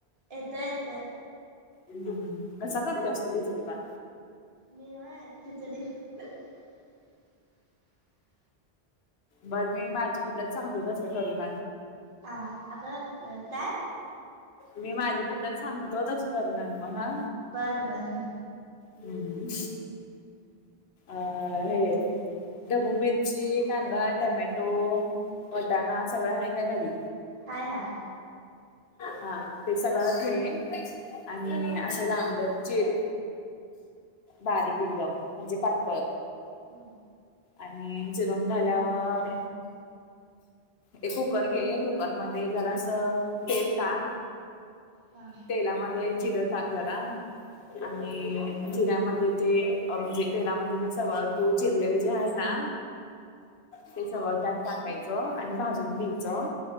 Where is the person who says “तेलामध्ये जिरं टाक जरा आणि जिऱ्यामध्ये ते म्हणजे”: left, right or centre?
Left